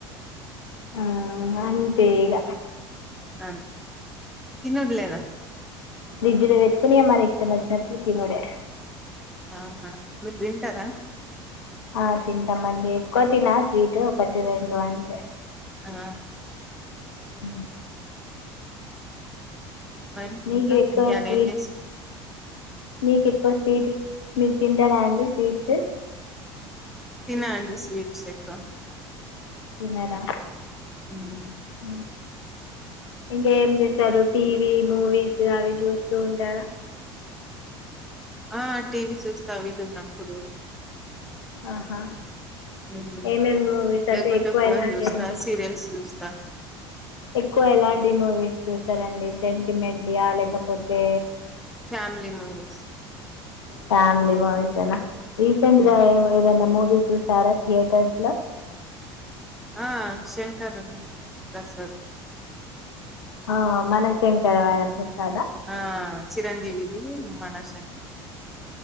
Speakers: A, on the left; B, in the centre.
A: ఆ అంతేగా
B: అ తిన్నద్లేదా
A: ఫ్రిడ్జ్లో పెట్టుకునిమన ఇష్టం వచ్చినప్పుడు తినుడే
B: ఆహ మీరుతింటరా
A: ఆ తింటామండి ఎక్కువ తిన స్వీట్ ఒకటి రెండు అంతే
B: ఆ
A: హ
B: మరి
A: మీకు
B: ఇంకా
A: ఎక్కువ
B: ఇయ్యలా
A: స్వీట్
B: ఏంజెస్
A: మీకు ఎక్కువ స్వీట్ మీరు తింటారా అండి స్వీట్స్
B: తిన అండి స్వీట్స్ ఎక్కువ
A: తినరా
B: ఉమ్
A: ఉ ఇంకా ఏం చేస్తారు టీవీ మూవీస్ అవి చూస్తూ ఉంటారా
B: ఆ టీవీ చూస్తా అవిది ఉన్నప్పుడు
A: ఆహా
B: ఉమ్
A: ఏమేమి మూవీస్
B: లేకుంటే
A: అంటే ఎక్కువ
B: ఫోన్
A: ఎలాంటి
B: చూస్తా
A: అండి
B: సీరియల్స్ చూస్తా
A: ఎక్కువ ఎలాంటి మూవీస్ చూసారండి సెంటిమెంట్ యా లేకపోతే
B: ఫ్యామిలీ మూవీస్
A: ఫ్యామిలీ మూవీస్ అయినా రీసెంట్గా
B: ఉమ్
A: ఏదైనా మూవీ చూసారా థియేటర్స్ లో
B: ఆ శంకరు ప్రసాద్
A: ఆ మనశంకరవర ప్రసాద
B: ఆ చిరంజీవిది మనశంకర్